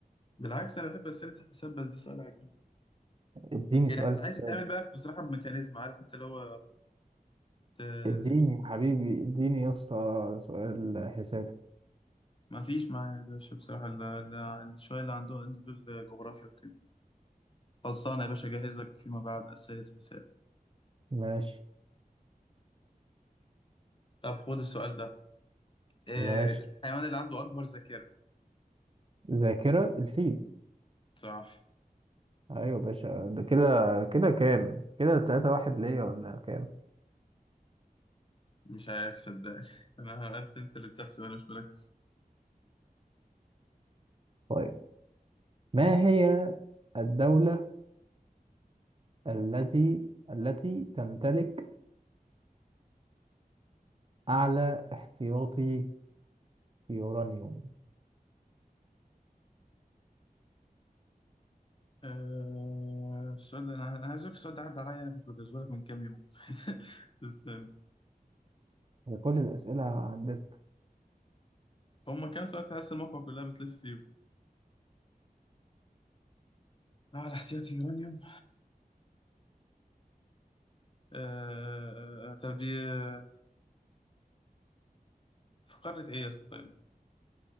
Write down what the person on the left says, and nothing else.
بالعكس انا بحب اسئله الحساب بس ده سؤال عجيب
يعني
كان عايز
يتعمل بقى في- بصراحه بميكانيزم عارف انت اللي هو ت-
تمسكه
ما فيش معايا يا باشا بصراحة ال- ده شوية اللي عندهم عندي دول جغرافيا وكده خلصانة يا باشا أجهز لك فيما بعد أسئلة حساب
طب خد السؤال ده إيه
الحيوان اللي عنده أكبر ذاكرة
صح
مش عارف صدقني <laughs> أنا أنت أنت اللي بتحسب أنا مش مركز
آه، السؤال ده أنا أنا عايز أقول لك السؤال ده عدى عليا كنت بجهزه لك من كام يوم <laughs> استنى.
هما كام سؤال تحس الموقع كلها بتلف فيهم اه الاحتياطي يورانيوم آه آه آه، طب دي آه، في قارة إيه يا اسطى طيب؟